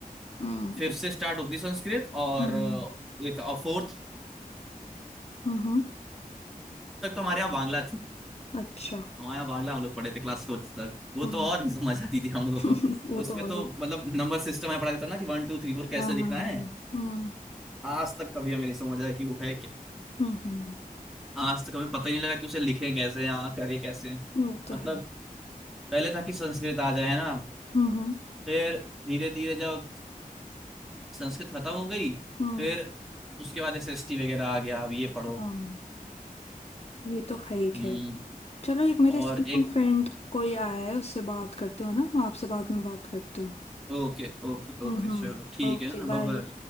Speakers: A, on the left; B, in the centre.
A: हम्म
B: फिफ्थ से स्टार्ट होती संस्कृत और
A: हम्म
B: फोर्थ
A: हम्म हम्म।
B: तक तो हमारे यहाँ बांग्ला थी
A: अच्छा
B: हाँ यार बांग्ला हम लोग पढ़े थे क्लास फोर्थ तक वो
A: हम्म
B: तो और <laughs> नहीं समझ आती थी हम लोगों
A: <clears throat>
B: को
A: वो
B: उसमें
A: तो
B: तो
A: और ही
B: मतलब नंबर सिस्टम है पढ़ा जाता ना कि वन टू थ्री फोर कैसे
A: हाँ
B: लिखना
A: हाँ हाँ
B: है
A: हम्म
B: आज तक कभी हमें नहीं समझ आया कि वो है क्या
A: हम्म हम्म
B: आज तक हमें पता ही नहीं लगा कि उसे लिखें कैसे हाँ करें कैसे
A: वो तो
B: मतलब
A: है
B: पहले था कि संस्कृत आ जाए है ना
A: हम्म हम्म
B: फिर धीरे धीरे जब संस्कृत खत्म हो गई
A: हम्म
B: फिर उसके बाद एस एस टी वगैरह आ गया अब ये पढ़ो
A: हाँ ये तो है ही
B: हम्म
A: खैर चलो एक मेरे
B: और
A: स्कूल
B: एक
A: फ्रेंड कोई आया है उससे बात करते हो ना मैं आपसे बाद में बात करती हूँ
B: ओके ओके
A: हम्म
B: ओके चलो
A: हम्म
B: ठीक
A: ओके
B: है ना
A: बाय
B: बाय